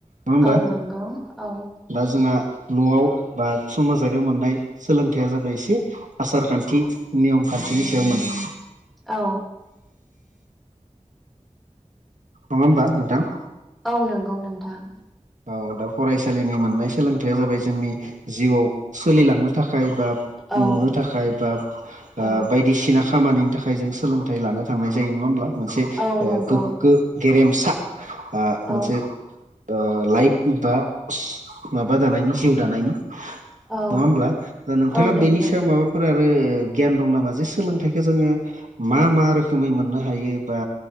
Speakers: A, on the right (about 80°); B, in the centre.
A: होमबा
B: औ नंगौ औ।
A: दा जोंहा न'आव बा समाजारियाव मोननाय सोलोंथाइया जाबाय एसे आसार खान्थि नियम खान्थिनि सायाव मोनो।
B: औ।
A: नङा होमबा नोंथां।
B: औ नंगौ नोंथां।
A: औ दा फरायसालिनि मोननाय सोलोंथाइया जाबाय जोंनि जिउआव सोलिलांनो थाखाय बा
B: औ
A: नुनो थाखाय बा आ
B: औ
A: बायदिसिना खा‌ खामानि नि थाखाय जों सोलोंथाइ लानो थांनाय जायो नङा होमब्ला मोनसे
B: औ
A: ओ
B: नंगौ
A: गोगो गेरेमसा आ मोनसे
B: औ
A: ओ लाइफ बा सि माबा दानायनि जिउ दानायनि।
B: औ
A: नङा होमब्ला दा नोंथाङा
B: औ नंगौ
A: बेनि सायाव माबा फोर आरो गियान दं नामा जे सोलोंथाइखौ जोङो मा मा रोखोमै मोननो हायो बा